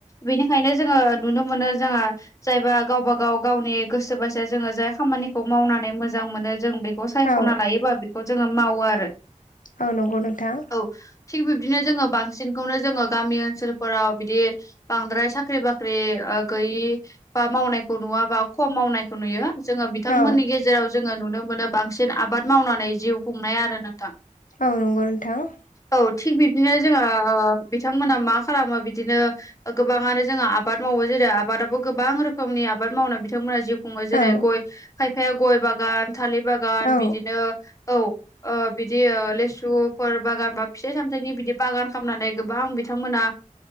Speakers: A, on the left; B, on the left.
A: बेनि खायनो जोङो नुनो मोनो जोंहा जायबा गावबा गाव गावनि गोसो बायसा जोङो जाय खामानिखौ मावनानै मोजां मोनो जों बे खौ सायख'ना
B: औ
A: लायोबा बेखौ जोङो मावो आरो
B: आ नंगौ नोंथा
A: औ थिग बिब्दिनो जोङो बांसिनखौनो जोङो गामि ओनसोलफोराव बिदि बांद्राय साख्रि बाख्रि गैयि बा मावनायखौ नुवाबा खम मावनाय नुयो जोङो बिथांमोननि
B: औ
A: गेजेराव जोङो नुनो मोनो बांसिन आबाद मावनानै जिउ खुंनाय आरो नों थां
B: औ नंगौ नोंथां
A: औ थिग बिदिनो जोंहा बिथांमोना मा खालामो बिदिनो गोबाङानो जोङो आबाद मावो जेरै आबादावबो गोबां रोखोमनि आबाद मावनानै बिथांमोना जिउ खुङो जेरै
B: औ
A: गय खायफाया गय बागान थालिर बागान
B: औ
A: बिदिनो औ ओ बिदि लेसुफोर बागान बा फिथाइ सामथाइनि बिदि बागान खालामनानै गोबां बिथांमोना